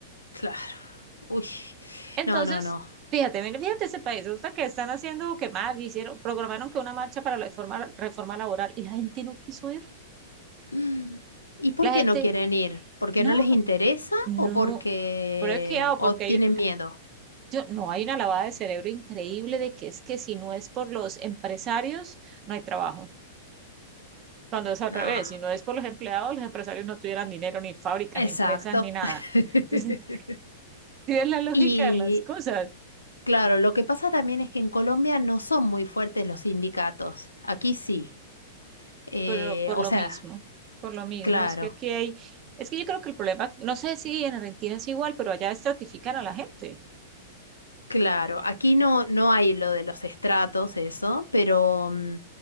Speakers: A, on the left (about 80°); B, on the right (about 30°).
A: claro, uy,
B: Entonces,
A: no, no, no.
B: fíjate, mira, fíjate ese país, resulta que están haciendo que más, hicieron, programaron que una marcha para la reforma, reforma laboral y la gente no quiso ir.
A: Mm. ¿Y por
B: La
A: qué
B: gente,
A: no quieren ir? ¿Porque
B: no,
A: no les interesa
B: no,
A: o porque
B: pero es que hago
A: o
B: porque
A: tienen
B: hay,
A: miedo?
B: Yo, no hay una lavada de cerebro increíble de que es que si no es por los empresarios, no hay trabajo. Cuando es al
A: No,
B: revés, si no es por los empleados, los empresarios no tuvieran dinero, ni fábricas,
A: exacto.
B: ni empresas, ni nada.
A: <laughs>
B: Entonces, <laughs> sí es la lógica
A: Y
B: de las cosas,
A: Claro, lo que pasa también es que en Colombia no son muy fuertes los sindicatos. Aquí sí. Eh,
B: pero por
A: o
B: lo
A: sea,
B: mismo, por lo mismo,
A: claro.
B: es que aquí hay, es que yo creo que el problema, no sé si en Argentina es igual, pero allá estratifican a la gente.
A: Claro, aquí no, no hay lo de los estratos, eso, pero, mm,